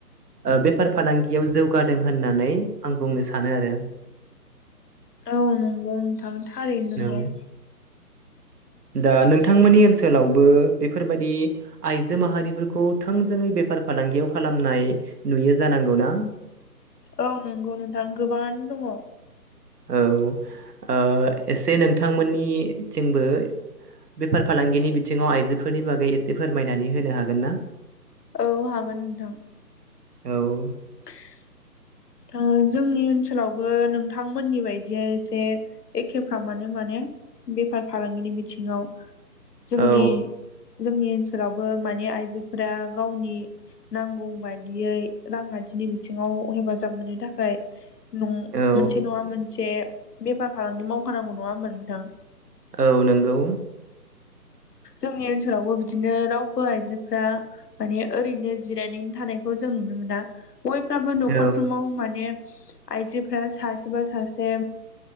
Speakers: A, on the right; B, on the left.
A: ओ बेफार फालांगियाव जौगादों होननानै आं बुंनो सानो आरो।
B: औ नंगौ नोंथां थारैनो नंगौ।
A: औ दा नोंथांमोननि ओनसोलावबो बेफोरबादि आइजो माहारिफोरखौ थोंजोंङै बेफार फालांगियाव खालामनाय नुयो जाना नांगौ ना?
B: औ नंगौ नोंथां गोबां दङ।
A: औ। ओ एसे नोंथांमोननिथिंबो बेफार फालांगिनि बिथिङाव आइजोफोरनि बागै एसे फोरमायनानै होनो हागोन ना?
B: औ हागोन नोंथां।
A: औ।
B: <inaudible> ओ जोंनि ओनसोलावबो नोंथांमोननि बायदि एसे एखेफ्राम आनो माने बेफार फालांगिनि बिथिङाव जोंनि
A: औ
B: जोंनि ओन फोरावबो माने आइजोफोरा गावनि नांगौ बादियै रांखान्थिनि बिथिङाव हेफाजाब जाब मोननो थाखाय न
A: औ
B: मोनसे नङा मोनसे बेफार फालांगि मावखानांगौ, नङा होनबा नोंथां?
A: औ नोंगौ।
B: जोंनि ओनसोलावबो बिदिनो रावबो आइजोफ्रा माने ओरैनो जिरायनानै थानायखौ जों नुनो मोना। बयफ्राबो न'खरफ्रोमाव
A: औ
B: माने आइजोफ्रा सासेबा सासे